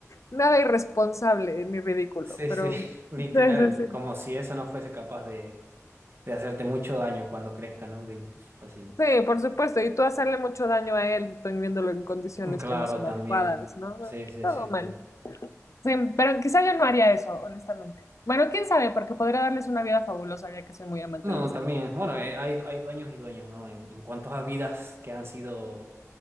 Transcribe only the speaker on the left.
nada irresponsable ni ridículo,
pero
sí, sí, sí.
Sí, por supuesto, y tú hacerle mucho daño a él, viéndolo en condiciones
que no son
adecuadas, ¿no?
Todo
mal.
Sí, pero quizá yo no haría eso, honestamente. Bueno, quién sabe, porque podría darles una vida fabulosa, ya que soy muy amante
de los
animales.